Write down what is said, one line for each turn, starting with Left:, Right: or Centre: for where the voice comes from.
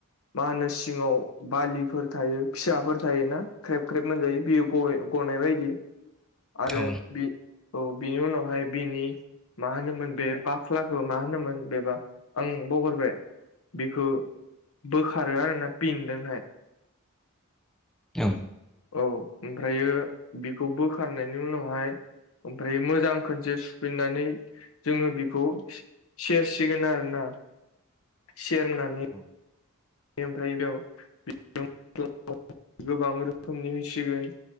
Left: मा होनो सिङाव बालिफोर थायो फिसाफोर थायोना ख्रेब ख्रेब मोनजायो बेयो गय गनाय बायदि आरो
Centre: औ
Left: औ बिनि उनावहाय बिनि मा होनोमोन बे बाख्लाखौ मा होनोमोन बेबा आं बागारबाय बेखौ बोखारो आरोना फिनजोंहाय
Centre: औ
Left: औ ओमफ्रायो बेखौ बोखारनायनि उनावहाय ओमफ्राय मोजां खनसे सुफिननानै जोङो बेखौ सेर सिगोन आरोना सेरनानै
Centre: <inaudible>
Left: <unintelligible> <unintelligible> गोबां रोखोमनि मिसिगोन